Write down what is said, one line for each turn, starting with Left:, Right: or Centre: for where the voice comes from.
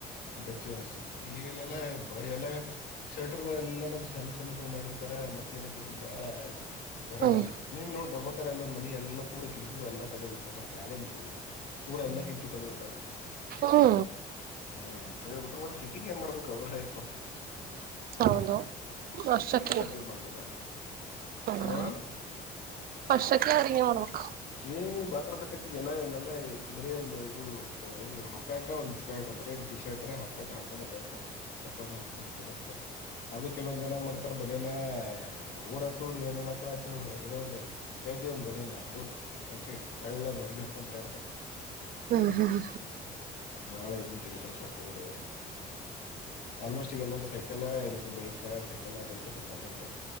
Left: ಬೆಚ್ಚಗ್ ಅನ್ಸುತ್ತೆ <unintelligible> <unintelligible> ಶರ್ಟರ್ಗಳು ಎಲ್ಲಾನ ಸಣ್ಣ ಸಣ್ಣ <unintelligible> ಮಾಡಿರ್ತಾರೆ ಮತ್ತ ಏನಕೈತಿ ಬಹಳ ಗರಮ್
Right: ಹ್ಮ್
Left: <unintelligible> ನೀನ್ ನೋಡ್ ಬರ್ <unintelligible> ಒಂದ ಮನಿ ಎಲ್ಲ ಪೂರ ಕಿಟಕಿಗಳು ಎಲ್ಲ ತಗದ್ ಬಿಟ್ಬಿಟ್ಟಾರ್ ಮೇಲೆಂದು ಪೂರ ಎಲ್ಲ ಕಿಟಕಿ ತೆಗ್ಬ ಬಿಟಾರ
Right: ಹ್ಮ
Left: <unintelligible> ಕೌರಲ್ಲ ಪಾಪ ಹ
Right: ಹೌದು ಅಷ್ಟಕ್ಕೆ
Left: ಎಟ್ಟಂತ ಇದ ಮಾಡ್ಕೊತಾರ
Right: ಹ್ಮ್
Left: ಹ್ಮ
Right: ಅಷ್ಟಕ್ಕೆ ಅಡಿಗೆ ಮಾಡ್ಬೇಕು
Left: ಏ ಬಾತ್ರಾಸಕೇತಿಗೆ ಎಲ್ಲ ಎಲ್ಲಲ್ಲ ಬರೀ ಒಂದು ಇ ಇದು ಹಾಫ್ ಪ್ಯಾಂಟ್ ಒಂದು ಶರ್ಟ್ ಬರೀ ಒಂದು ಟಿ ಶರ್ಟ್ ರೆ ಹಾ್ ಪ್ಯಾಂಟ್್ರೆ ಹಾಕೊಂಡ್ ಅಡ್ಡಿ ಇರ್ತ್ ಚಪ್ಪಲ್ ಮೇಲೆ ಹಾಕೊಂಡು ಡ ಇರ್ತಾವ ಅದು ಕೆಲವೊಂದ ಜನ ಮಾಡ್ತಾರ ಬನೇನ ಹುಡಗಡಏ ಮಕ್ಕಳಾಯ್ತು ಬರ್ ಚಡ್ಡಿ ಒಂದ್ ಬನನಾ ಅದು ಕೆ ತಳ್ಳರ್ು ಒೊಂಡಡ್ ತ
Right: ಹ್ಮ್ ಹ್ಮ್
Left: ಬಾಳ ನ್ ತಿಳ್ಕಡಕೋಗ ಅವ್ರೇ ಆಲ್ಮೋಸ್ಟ್ ಈಗಲ್ಲೂ ಸೈ ಸೈಕಲ್ ಇಲ್ಲಿಕ್ಕೆ ಬೈಕ್ ಸೈಕಲ್ ಬೈಕ್ ತಗೊಂಡ್ ಅಡ್ಡಾಡ್ತಾರ